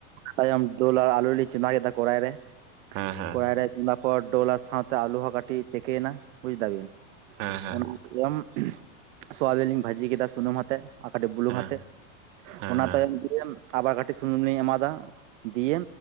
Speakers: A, on the right; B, on the right.
A: ᱛᱟᱭᱚᱢ ᱰᱟᱹᱞ ᱟᱨ ᱟᱞᱩ ᱞᱤᱧ ᱪᱚᱫᱟ ᱠᱮᱫᱟ ᱠᱚᱨᱟᱭ ᱨᱮ
B: ᱦᱮᱸ ᱦᱮᱸ᱾
A: ᱠᱚᱨᱟᱭ ᱨᱮ ᱪᱚᱸᱫᱟ ᱯᱚᱨ ᱰᱚᱞ ᱟᱨ ᱥᱟᱶᱛᱮ ᱟᱞᱩ ᱦᱚᱸ ᱠᱟᱹᱴᱤᱡ ᱛᱤᱠᱤᱭᱮᱱᱟ ᱵᱩᱡ ᱫᱟᱵᱤᱱ
B: ᱦᱮᱸ ᱦᱮᱸ
A: ᱚᱱᱟ ᱠᱚᱢ ᱥᱟᱣᱟᱵᱤᱱ ᱞᱤᱧ ᱵᱷᱟᱹᱡᱤ ᱠᱮᱫᱟ ᱥᱩᱱᱩᱢ ᱟᱛᱮ ᱟᱨ ᱠᱟᱹᱴᱤᱡ ᱵᱩᱞᱩᱝ
B: ᱦᱮᱸ
A: ᱟᱛᱮᱜ
B: ᱦᱮᱸ
A: ᱚᱱᱟ
B: ᱦᱮᱸ ᱦᱮᱸ
A: ᱛᱟᱭᱚᱢ ᱟᱵᱟᱨ ᱠᱟᱹᱴᱤᱡ ᱥᱩᱱᱩᱢ ᱞᱤᱧ ᱮᱢᱟᱫᱟ ᱫᱤᱭᱮ